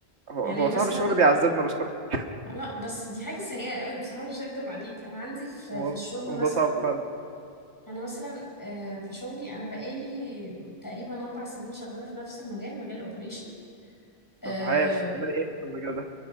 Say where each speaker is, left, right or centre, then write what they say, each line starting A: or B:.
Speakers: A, on the right; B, on the left.
A: هو
B: يعني
A: هو
B: مثلا
A: صاحب الشغل بيعذبنا مش اكتر
B: لا بس دي حاجه سيئه قوي بصراحه مش هكدب عليك انا عندي في
A: الموضوع
B: في الشغل
A: الموضوع
B: مثلا
A: صعب فعلا
B: انا مثلا آه، في شغلي انا بقالي تقريبا اربع سنين شغاله في نفس المجال مجال الاوبريشن آه،
A: طب عايش تعمل ايه في المجال ده